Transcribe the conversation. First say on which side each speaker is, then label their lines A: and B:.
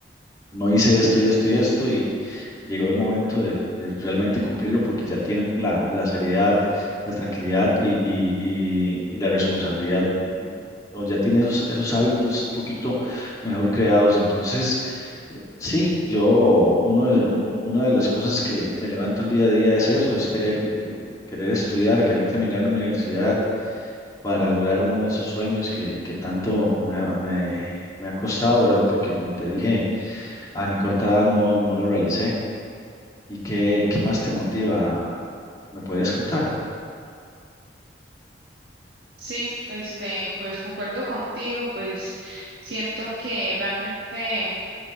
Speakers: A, on the left; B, on the right.
A: no hice esto y esto y esto y llegó el momento de, de realmente cumplirlo porque ya tiene la, la seriedad, la tranquilidad y, y, y, y la responsabilidad. O ya tiene esos, esos hábitos un poquito mejor creados. Entonces, Sí, yo, uno, de- un- una de las cosas que me levanto el día a día es eso, es querer, eh, querer estudiar, querer terminar mi universidad para lograr uno de esos sueños que, que tanto me, ha- me, me ha costado, ¿verdad? Porque como te dije, a mi corta edad no, no lo realicé. ¿Y qué, qué más te motiva? ¿Me puedes contar?
B: Sí, este, pues concuerdo contigo, pues siento que realmente